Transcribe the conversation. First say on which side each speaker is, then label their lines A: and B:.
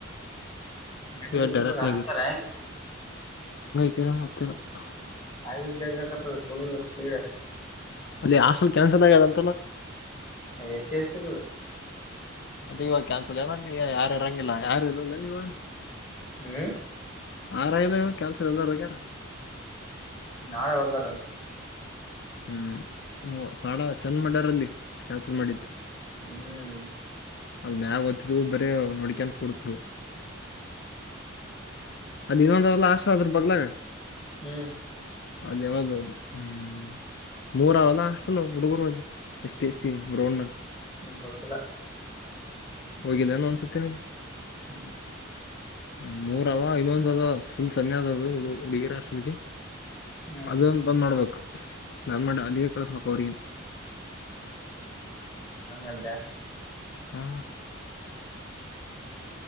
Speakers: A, on the left; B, on the left.
A: ನೆಟ್ವರ್ಕ್
B: ಕೆಟರಸ್ಮರುನ್
A: ಗಿಟ್ವರ್ಕ್ ಹಾಕ್ಸ್ಯಾರ ಹೆಂಗ್
B: ಕ ಮತ್ತಲ್ಲ <unintelligible>
A: ಆ ಜಗಕತಫುಲ್ ಸ್ಪೀಡ್ <unintelligible>
B: ಅಲ್ಲಿ ಹಸ್ಟಲ್ ಕ್ಯಾನ್ಸಲ್ ಆಗ್ಯದ ಅಂತಲ್ಲ
A: ಎಸ್ಸಿ ಎಸ್ಟಿ
B: ಅದ ಇವಾಗ ಕ್ಯಾನ್ಸಲ್ ಏನ ನೀ ಯಾರು ಇಾರಂಗಿಲ್ಲ ಯಾರು ಇರಿಲ್ಲ ನೀವ
A: ಹ್ಮ್
B: ಆರಲ್ಲ ಕ್ಯಲ್ ಚ ಅದಗಾರ <unintelligible>
A: ನಾಳೆ ಹೋದಾರಂತೆ
B: ಹ್ಮ್ ತಾಡ <unintelligible> ಚಂದ ಮಾಡಡ್ಯಾರಲ್ಲಿ ಕ್ಯಾನ್ಸಲ್ ಮಾಡಿದ್ದು
A: ಹ್ಮ್
B: ಅದ ಮ್ಯಾಗ ತಿದ ಬರೇ ನಡ್ಕನ್ ಕುೂಡ್ತು ಅದ ಇನ್ನೊಂದ್ರಲ್ಲ ಆಶೀರ್ವಾದ್ರ ಬಗ್ಲ
A: ಹ್ಮ್
B: ಅಲ್ಲಿ ಹದುದು ಹ್ಮ್ ಮೂರಲ್ಲ ಅಷ್ಟಲ್ಲ ಹುಡುಗರು ಅಲ್ಲಿ ಎಷ್ಟ ಸ ಬ್ರೋ <unintelligible>
A: ಹ್ಮ್ ಗೊತ್ತಿಲ್ಲ
B: ಹೋಗಿಲ್ಲಾನ ಅನ್ಸುತ್ತೆನಲ್ಲಿ
A: ಹ್ಮ್ ಹ್ಮ್
B: ಹ್ಮ ಮೂರ ಅವ ಇನ್ನೊಂದು ಅದ ಫುಲ್ ಸನ್ಯದ ಅದು ಹುಡುಗಿರ ಅಷ್ಟ್ರಲ್ಕ್ಕೆ
A: ಹ್ಮ್
B: ಅದುಂದು ಬಂದ ಮಾಡಡಬೇಕು ಗರ್ಮಟ್ ಅಧಿಕ ಕ್ಲಾಸ್ ಬ ಅವರ
A: ಹಂಗಂತಿಯಾ
B: ಹ್ಮ